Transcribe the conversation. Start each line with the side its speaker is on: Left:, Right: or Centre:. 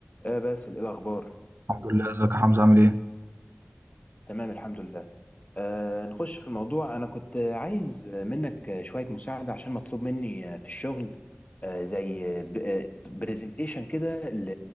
Left: آه باسل ايه الاخبار
Right: الحمد لله ازيك يا حمزة عامل ايه؟
Left: تمام الحمد لله آه نخش في الموضوع انا كنت عايز منك شوية مساعدة عشان مطلوب مني في الشغل آه زي برزنتيشن كده ل-